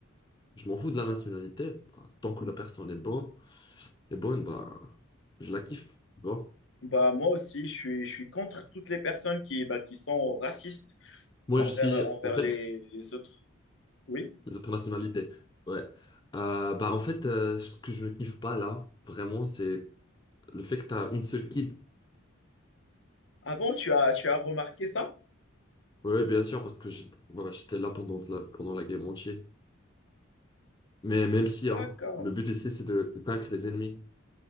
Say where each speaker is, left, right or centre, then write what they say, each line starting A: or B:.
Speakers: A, on the left (about 20°); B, on the left (about 60°).
A: je m'en fous de la nationalité. Ben, tant que la personne est bonne, est bonne, ben, je la kiffe. Bon.
B: Bah, moi aussi, je suis, je suis contre toutes les personnes qui, bah, qui sont racistes
A: Moi,
B: envers,
A: je suis,
B: envers
A: en fait,
B: les, les autres. Oui.
A: les autres nationalités. Ouais. Euh, ben, en fait, euh, ce que je ne kiffe pas là, vraiment, c'est le fait que tu as une seule kid.
B: Ah bon, tu as, tu as remarqué ça?
A: Ouais, ouais, bien sûr, parce que j'étais voilà, j'étais là pendant la, pendant la game entière. Mais même si,
B: D'accord.
A: hein, le but ici, c'est de vaincre les ennemis.